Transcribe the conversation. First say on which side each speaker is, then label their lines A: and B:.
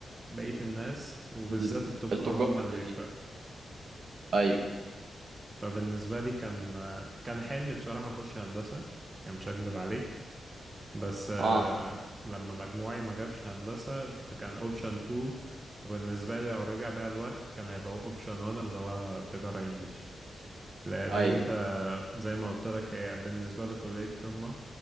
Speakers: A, on the right; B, on the right.
A: بقية الناس وبالذات
B: ال-
A: التجار
B: التجار
A: هم اللي
B: التانيين
A: بيفرقوا
B: ايوه
A: فبالنسبة لي كان كان حلمي بصراحة أخش هندسة يعني مش هكدب عليك بس آه،
B: اه
A: لما مجموعي ما جابش هندسة فكان أوبشن 2 وبالنسبة لي لو رجع بيا الوقت كان هيبقى أوبشن 1 اللي هو تجارة إنجلش لأن
B: ايوه
A: أنت زي ما قلت لك هي بالنسبة لكلية قمة